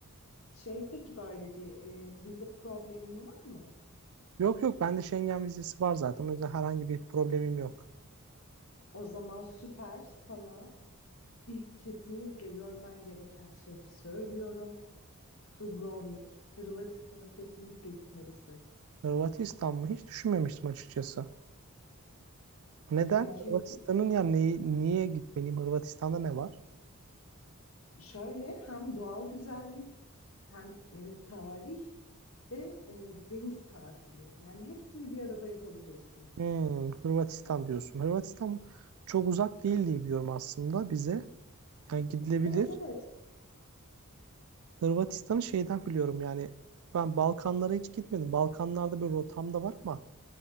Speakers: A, on the left; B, on the right.
A: Şey peki böyle bir e, vize problemin var mı?
B: Yok yok bende Schengen vizesi var zaten. O yüzden herhangi bir problemim yok.
A: O zaman süper sana ilk kesinlikle görmen gereken şehri söylüyorum. Dubrovnik, Hırvatistan'a kesinlikle gitmelisin.
B: Hırvatistan mı? Hiç düşünmemiştim açıkçası. Neden?
A: Yani kes,
B: Hırvatistan'ın ya neyi, niye gitmeliyim? Hırvatistan'da ne var?
A: Şöyle hem doğal güzellik hem e, tarih ve e, deniz tatili. Yani hepsini bir arada yapabilirsin.
B: Hmm, Hırvatistan diyorsun. Hırvatistan çok uzak değil diye biliyorum aslında bize. Yani gidilebilir.
A: Evet evet.
B: Hırvatistan'ı şeyden biliyorum yani ben Balkanlara hiç gitmedim. Balkanlarda bir rotam da var ama